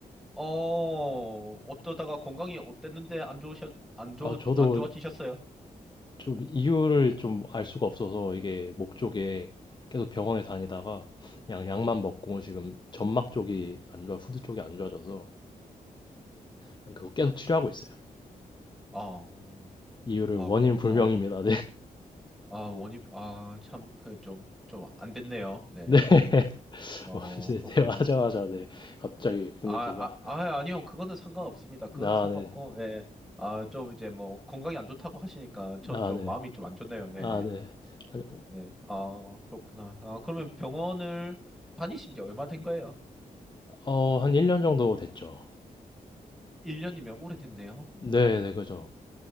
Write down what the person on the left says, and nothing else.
아, 저도
좀 이유를 좀 알 수가 없어서 이게 목 쪽에 계속 병원에 다니다가 그냥 약만 먹고 지금 점막 쪽이 안 좋아, 후두 쪽이 안 좋아져서 그냥 그거 계속 치료하고 있어요.
이유를
원인
불명입니다.
네. <laughs>
어 이제
대화하자마자 네 갑자기 분위기가
아
네.
아
네.
아 네. 한,
어한 1년 정도 됐죠.
네네 그죠.